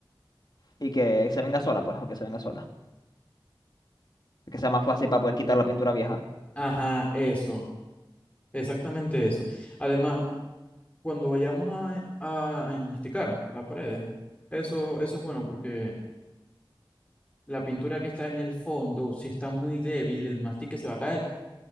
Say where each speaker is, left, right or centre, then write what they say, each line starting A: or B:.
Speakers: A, on the left; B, on the left.
A: y que se venga sola, pues, o que se venga sola. Que sea más fácil para poder quitar la pintura vieja.
B: Ajá, eso, exactamente eso. Además, cuando vayamos a, a, a enmasticar la pared, eso, eso es bueno porque la pintura que está en el fondo, si está muy débil, el mastique se va a caer.